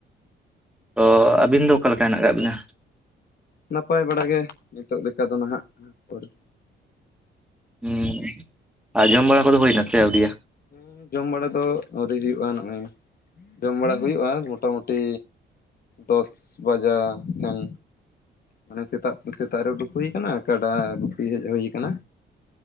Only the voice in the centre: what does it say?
ᱚ ᱟᱹᱵᱤᱱ ᱫᱚ ᱚᱠᱟᱞᱮᱠᱟ ᱦᱮᱱᱟᱜ ᱟᱠᱟᱫ ᱵᱤᱱᱟ?
ᱦᱩᱸ ᱟᱨ ᱡᱚᱢ ᱵᱟᱲᱟ ᱠᱚᱫᱚ ᱦᱩᱭᱱᱟ ᱥᱮ ᱟᱹᱣᱲᱤᱭᱟ?